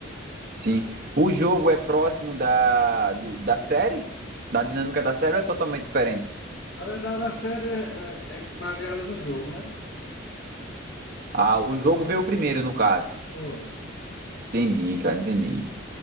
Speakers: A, on the right; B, on the left.
A: Sim. O jogo é próximo da, do- da série? Da dinâmica da série ou é totalmente diferente?
B: Na verdade, a série é, é- é baseada no jogo, né?
A: Ah, o jogo veio primeiro, no caso.
B: Foi.
A: Entendi, cara, entendi.